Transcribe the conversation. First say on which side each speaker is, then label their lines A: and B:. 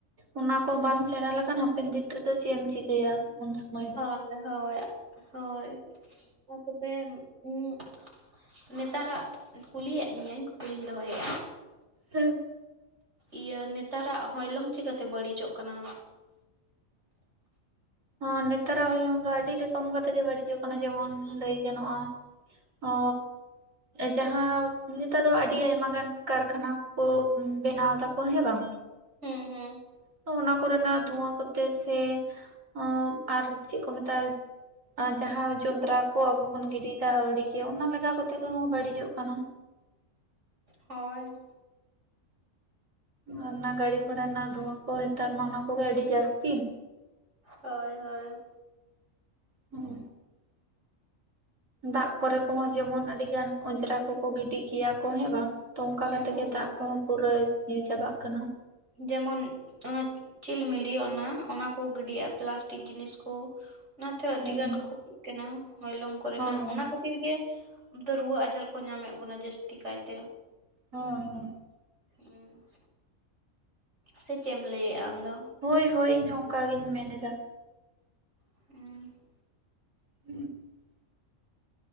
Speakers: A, on the right (about 80°); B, on the right (about 60°).
A: ᱚᱱᱟ ᱠᱚ ᱵᱟᱢ ᱥᱮᱬᱟ ᱞᱮᱠᱷᱟᱱ ᱦᱟᱯᱮᱱ ᱫᱤᱱ ᱨᱮᱫᱚ ᱪᱮᱫ ᱮᱢ ᱪᱤᱠᱟᱹᱭᱟ ᱩᱱ ᱥᱚᱢᱚᱭ ᱫᱚ
B: <inaudible> ᱦᱳᱭ ᱦᱳᱭ ᱛᱚᱵᱮ ᱩᱸ ᱱᱮᱛᱟᱨᱟᱜ ᱠᱩᱞᱤᱭᱮᱫ ᱢᱤᱟᱹᱧ ᱠᱩᱠᱞᱤᱧ ᱫᱚᱦᱚᱭᱮᱫᱼᱟ
A: ᱦᱮᱸ
B: ᱤᱭᱟᱹ ᱱᱮᱛᱟᱨᱟᱜ ᱦᱚᱭᱞᱚᱝ ᱪᱤᱠᱟᱹᱛᱮ ᱵᱟᱹᱲᱤᱡᱚᱜ ᱠᱟᱱᱟ
A: ᱦᱚᱸ ᱱᱮᱛᱟᱨᱟᱜ ᱦᱳᱭᱞᱚᱝ ᱫᱚ ᱟᱹᱰᱤ ᱨᱚᱠᱚᱢ ᱠᱟᱛᱮ ᱜᱮ ᱵᱟᱹᱲᱤᱡᱚᱜ ᱠᱟᱱᱟ ᱡᱮᱢᱚᱱ ᱞᱟᱹᱭ ᱜᱟᱱᱚᱜᱼᱟ ᱚ ᱡᱟᱦᱟᱸ ᱱᱮᱛᱟᱨ ᱫᱚ ᱟᱹᱰᱤ ᱟᱭᱢᱟ ᱜᱟᱱ ᱠᱟᱨᱠᱷᱟᱱᱟ ᱠᱚ ᱵᱮᱱᱟᱣ ᱫᱟᱠᱚ ᱦᱮᱸ ᱵᱟᱝ
B: ᱦᱩᱸ ᱦᱩᱸ
A: ᱛᱚ ᱚᱱᱟ ᱠᱚᱨᱮᱱᱟᱜ ᱫᱷᱩᱣᱟᱹ ᱠᱚᱛᱮ ᱥᱮ ᱚᱸ ᱟᱨ ᱪᱮᱫ ᱠᱚ ᱢᱮᱛᱟᱜᱼᱟ ᱡᱟᱦᱟᱸ ᱡᱚᱱᱫᱨᱟ ᱠᱚ ᱟᱵᱚ ᱵᱚᱱ ᱜᱤᱰᱤ ᱫᱟ ᱟᱹᱣᱲᱤ ᱜᱤ ᱚᱱᱟ ᱞᱮᱠᱟ ᱠᱟᱛᱮ ᱦᱚᱸ ᱵᱟᱹᱲᱤᱡᱚᱜ ᱠᱟᱱᱟ
B: ᱦᱳᱭ
A: ᱚᱱᱟ ᱜᱟᱹᱰᱤ ᱜᱷᱚᱨᱟ ᱨᱮᱱᱟᱜ ᱫᱷᱩᱣᱟᱹ ᱠᱚ ᱱᱮᱛᱟᱨ ᱢᱟ ᱚᱱᱟ ᱠᱚᱜᱮ ᱟᱹᱰᱤ ᱡᱟᱥᱛᱤ
B: ᱦᱳᱭ ᱦᱳᱭ
A: ᱦᱩᱸ ᱫᱟᱜ ᱠᱚᱨᱮ ᱠᱚᱦᱚᱸ ᱡᱮᱢᱚᱱ ᱟᱹᱰᱤ ᱜᱟᱱ ᱚᱸᱡᱽᱨᱟ ᱠᱚᱠᱚ ᱜᱤᱰᱤ ᱜᱮᱭᱟ ᱠᱚ ᱦᱮᱸ ᱵᱟᱝ ᱛᱚᱝᱠᱟ
B: ᱦᱩᱸ
A: ᱠᱟᱛᱮᱜ ᱜᱮ ᱫᱟᱜ ᱠᱚᱦᱚᱸ ᱯᱩᱨᱟᱹ ᱧᱩ ᱪᱟᱵᱟᱜ ᱠᱟᱱᱟ
B: ᱡᱮᱢᱚᱱ ᱟᱸᱪ ᱪᱤᱞᱢᱤᱞᱤ ᱚᱱᱟ ᱚᱱᱟ ᱠᱚ ᱜᱤᱰᱟᱜ-ᱟ ᱯᱞᱟᱥᱴᱤᱠ ᱡᱤᱱᱤᱥ ᱠᱚ, ᱚᱱᱟᱛᱮᱦᱚᱸ ᱟᱹᱰᱤ
A: ᱦᱮᱸ
B: ᱜᱟᱱ ᱠᱷᱚᱛᱤᱜ ᱠᱟᱱᱟ ᱦᱚᱭᱞᱚᱝ ᱠᱚᱨᱮᱱᱟᱜ
A: ᱦᱚᱸ
B: ᱚᱱᱟ ᱠᱚ ᱠᱷᱟᱛᱤᱨ ᱜᱮ ᱫᱚ ᱨᱩᱣᱟᱹ ᱟᱡᱟᱨ ᱠᱚ ᱧᱟᱢᱮᱫ ᱵᱚᱱᱟ ᱡᱟᱹᱥᱛᱤ ᱠᱟᱭᱛᱮ᱾
A: ᱦᱩᱸ ᱦᱩᱸ
B: ᱦᱮᱸ ᱥᱮ ᱪᱮᱫ ᱮᱢ ᱞᱟᱹᱭᱮᱜ-ᱟ ᱟᱢᱫᱚ?
A: ᱦᱳᱭ ᱦᱳᱭ ᱤᱧᱦᱚᱸ ᱚᱱᱠᱟᱜᱤᱧ ᱢᱮᱱᱮᱫᱟ᱾
B: <unintelligible>
A: <unintelligible>